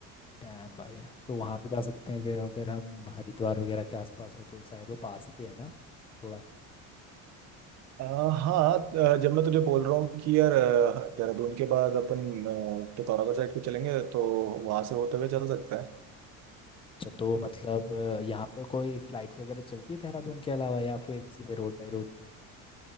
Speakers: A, on the left; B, on the right.
A: डैम भाई तो वहाँ भी जा सकते हैं फिर अगर हम हरिद्वार वगैरह के आसपास हो तो शायद वो पास ही पे है ना थोड़ा
B: अ, हाँ अ, जब मैं तुझे बोल रहा हूँ कि यार अ, देहरादून के बाद अपन अ, पिथौरागढ़ साइड को चलेंगे तो वहां से होते हुए चल सकते हैं
A: अच्छा तो मतलब अ, यहाँ पे कोई फ्लाइट्स वगैरह चलती है देहरादून के अलावा या फिर सीधे रोड बाई रोड